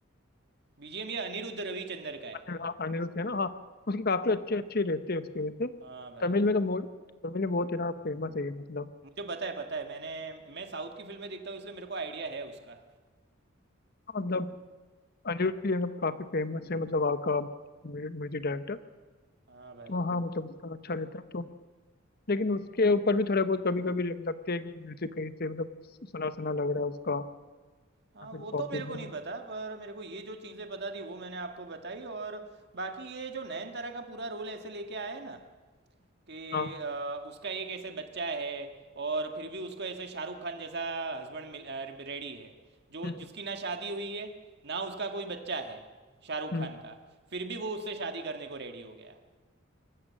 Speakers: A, on the right; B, on the left.
A: बीजीएम ये अनिरुद्ध रविचंद्र का है
B: अनिल हाँ अनिरुद्ध है ना हाँ उसके काफी अच्छे अच्छे रहते हैं उसके वजह से
A: हाँ भाई
B: तमिल
A: हाँ
B: में तो मो- तमिल में बहुत है ना फेमस है ये मतलब
A: मुझे पता है पता है मैंने मैं साउथ की फिल्में देखता हूँ इसलिए मेरे को आइडिया है उसका
B: हाँ, मतलब अनिरुद्ध भी मतलब काफी फेमस है मतलब वहाँ का म्यूजिक डायरेक्टर
A: हाँ भाई
B: तो हाँ मतलब उसका अच्छा रहता है तो लेकिन उसके ऊपर भी थोड़ा बहुत कभी कभी लगते हैं कि म्यूजिक कहीं से मतलब सुना सुना लग रहा है उसका
A: हाँ
B: या फिर
A: वो तो
B: कॉपी
A: मेरे को
B: हम्म
A: नहीं पता पर मेरे को ये जो चीज़ें पता थी वो मैंने आपको बताई और बाकी ये जो नयनतारा का पूरा रोल ऐसे लेके आए ना कि
B: हाँ
A: अ, उसका एक ऐसे बच्चा है और फिर भी उसको ऐसे शाहरुख खान जैसा हस्बैंड मिल अ, रेडी है जो
B: हम्म
A: जिसकी ना शादी हुई है ना उसका कोई बच्चा है शाहरुख
B: हम्म
A: खान का फिर भी वो उससे शादी करने को रेडी हो गया